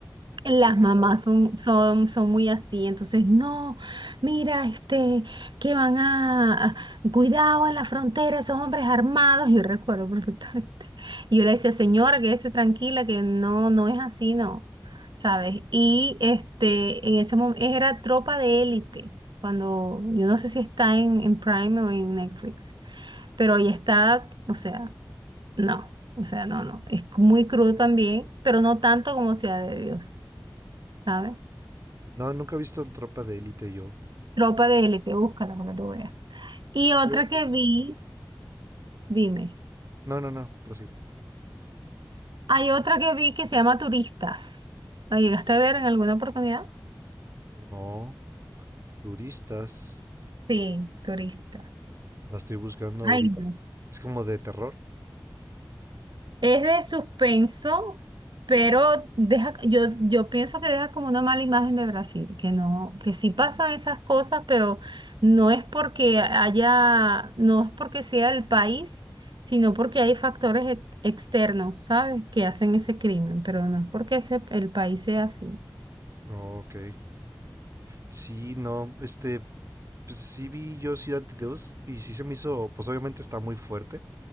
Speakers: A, on the right; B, on the right.
A: las
B: De que,
A: mamás
B: "No,
A: son, son, son muy así, entonces, no, mira, este, que van a, a- cuidado en la frontera, esos hombres armados, yo recuerdo perfectamente. Y yo le decía, señora, quédese tranquila, que no, no es así, no, ¿sabes? Y este, en ese momento, era Tropa de Élite, cuando, yo no sé si está en, en Prime o en Netflix, pero ahí está, o sea, no, o sea, no, no, es muy crudo también, pero no tanto como Ciudad de Dios. ¿sabes?
B: No, nunca he visto Tropa de Élite yo.
A: Tropa de élite, búscala para que tú veas. Y
B: Sí,
A: otra que
B: de-
A: vi, dime,
B: No, no, no, prosigue.
A: hay otra que vi que se llama Turistas. ¿La llegaste a ver en alguna oportunidad?
B: No, turistas.
A: Sí, Turistas.
B: La estoy buscando ahorita.
A: Ay, no.
B: Es como de terror.
A: Es de suspenso, pero deja, yo, yo pienso que deja como una mala imagen de Brasil, que no, que sí pasan esas cosas, pero no es porque haya, no es porque sea el país, sino porque hay factores ex- externos, ¿sabes? Que hacen ese crimen, pero no es porque ese, el país sea así.
B: Ok. Sí, no, este, pues sí vi yo Ciudad de Dios y sí se me hizo, pues obviamente está muy fuerte,